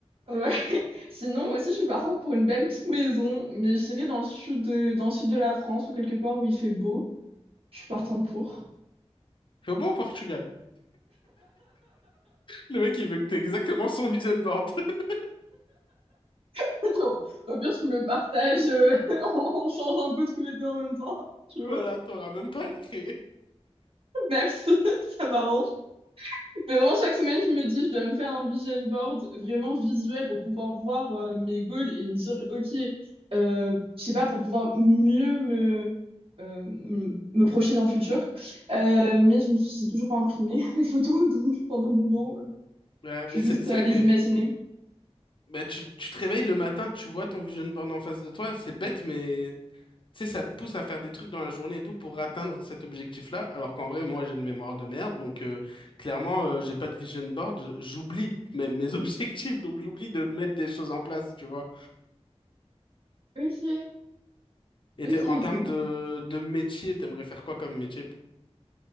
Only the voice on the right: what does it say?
Ouais. Sinon, aussi, je suis partante pour une belle petite maison, mais j'irai dans le sud de, dans le sud de la France ou quelque part où il fait beau. Je suis partante pour.
<laughs> Genre, Au pire, tu me le partages. euh, <laughs> on on change un peu tous les deux en même temps, si tu veux.
Merci, <laughs> ça m'arrange. Mais vraiment, chaque semaine, je me dis, je dois me faire un vision board vraiment visuel pour pouvoir voir euh, mes goals et me dire, OK, euh, je sais pas, pour pouvoir mieux me, euh, m- me projeter dans le futur. Euh, mais je me suis, j'ai toujours pas imprimé <laughs> les photos, donc pendant le moment,
euh,
je
suis juste
à
les
imaginer.
OK,
OK,
OK.